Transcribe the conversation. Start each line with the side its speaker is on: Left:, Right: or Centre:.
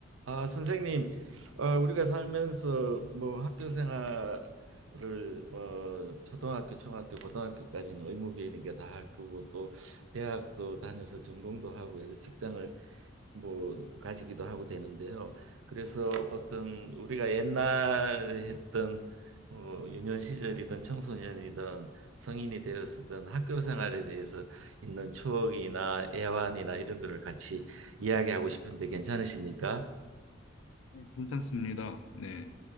Right: 아, 선생님, 어, 우리가 살면서 뭐 학교 생활을 어, 초등학교, 중학교, 고등학교까지는 의무교육이니까 다 할 거고 또 대학도 다녀서 전공도 하고 해서 직장을 뭐 가지기도 하고 되는데요. 그래서 어떤 우리가 옛날에 했던 어, 유년 시절이든 청소년이든 성인이 되었든 학교 생활에 대해서 있는 추억이나 애환이나 이런 거를 같이 이야기하고 싶은데 괜찮으십니까?
Left: 네, 괜찮습니다. 네,